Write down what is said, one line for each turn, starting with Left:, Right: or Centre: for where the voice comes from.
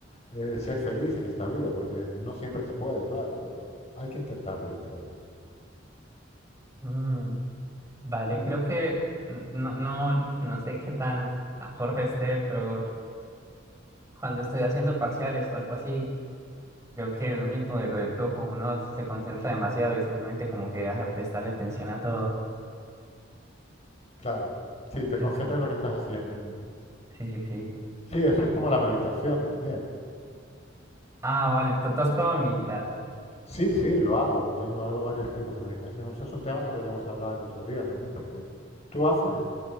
Left: eh, ser feliz en esta vida, porque no siempre se puede, claro, pero hay que intentarlo, yo creo.
Right: Mm, vale,
Left: Y
Right: creo que n- no, no, no sé qué tan acorde esté, pero cuando estoy haciendo parciales o algo así, Creo que es lo mismo de lo del flujo, uno se concentra demasiado y simplemente como que deja de prestarle atención a todo.
Left: claro, sí, te
Right: Entonces,
Left: concentras en lo que estás haciendo.
Right: sí, sí, sí. sí.
Left: Sí, eso es como la meditación también.
Right: Ah, vale, ¿tú, tú has probado meditar?
Left: Sí, sí, lo hago. Tengo, hago varios tipos de meditación. Eso es un tema que podríamos hablar otro día también, porque tú haces.
Right: Ah,